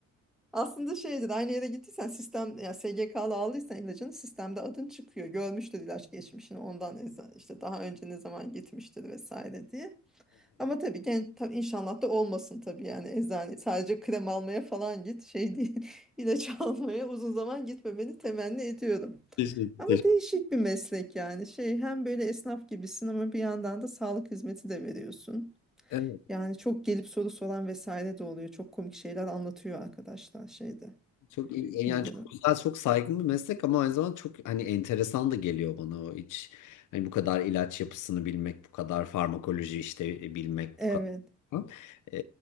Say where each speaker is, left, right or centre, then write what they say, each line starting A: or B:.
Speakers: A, in the centre; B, on the left (about 80°).
A: Aslında şeydir aynı yere gittiysen sistem yani SGK'lı aldıysan ilacını sistemde adın çıkıyor. Görmüştür ilaç geçmişini ondan eza- işte daha önce ne zaman gitmiştir vesaire diye. Ama tabii genç tabii inşallah da olmasın tabii yani eczane sadece krem almaya falan git şey değil <laughs> ilaç almaya uzun zaman gitmemeni temenni ediyorum.
B: Teşekkür,
A: Ama değişik bir meslek yani şey hem böyle esnaf gibisin ama bir yandan da sağlık hizmeti de veriyorsun.
B: teşekkür.
A: Yani çok gelip soru soran vesaire de oluyor. Çok komik şeyler anlatıyor arkadaşlar şeyde.
B: Çok iyi-
A: Nedir
B: yani çok
A: o?
B: güzel, çok saygın bir meslek ama aynı zamanda çok hani enteresan da geliyor bana o iç. Hani bu kadar ilaç yapısını bilmek, bu kadar farmakoloji işte e, bilmek,
A: Evet.
B: bu kadar. Ee,